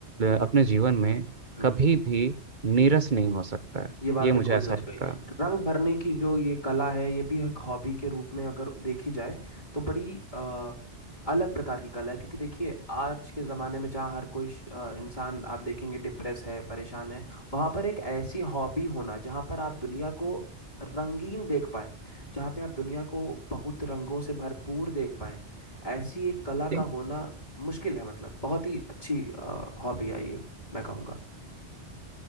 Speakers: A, on the right (about 45°); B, on the left (about 40°).
A: अपने जीवन में
B: हम्म
A: कभी भी नीरस नहीं हो सकता है
B: ये बात
A: ये
B: बिल्कुल
A: मुझे ऐसा
B: सच
A: लगता
B: कही
A: है
B: रंग भरने की जो ये कला है ये भी एक हॉबी के रूप में अगर देखी जाए तो बड़ी अ, अलग प्रकार की कला है क्योंकि देखिए आज के ज़माने में जहाँ हर कोई श- अ, इंसान आप देखेंगे डिप्रेस है परेशान है वहाँ पर एक ऐसी हॉबी होना जहाँ पर आप दुनिया को रंगीन देख पाएं जहाँ पे आप दुनिया को बहुत रंगों से भरपूर देख पाएं ऐसी एक कला
A: ठीक।
B: का होना मुश्किल है मतलब बहुत ही अच्छी हॉबी है ये मैं कहूँगा